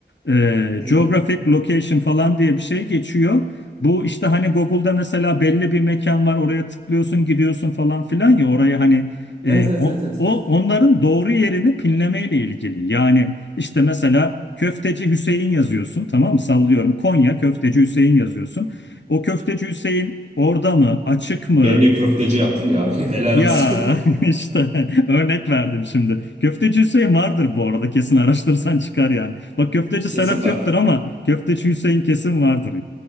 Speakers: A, on the left (about 80°); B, on the right (about 40°).
A: e,
B: Hı hı.
A: geographic location falan diye bir şey geçiyor. Bu işte hani Google'da mesela belli bir mekan var oraya tıklıyorsun gidiyorsun falan filan ya oraya hani
B: Evet
A: e,
B: evet
A: o,
B: evet evet.
A: o- onların doğru yerini pinlemeyle ilgili. Yani işte mesela Köfteci Hüseyin yazıyorsun tamam mı sallıyorum Konya Köfteci Hüseyin yazıyorsun. O Köfteci Hüseyin orada mı açık mı
B: Beni de köfteci yaptın ya abi. <laughs> Helal
A: ya
B: olsun.
A: <laughs> işte örnek verdim şimdi. Köfteci Hüseyin vardır bu arada kesin araştırırsan çıkar yani. Bak köfteci
B: <laughs> Kesin
A: Serhat
B: vardır.
A: yoktur ama köfteci Hüseyin kesin vardır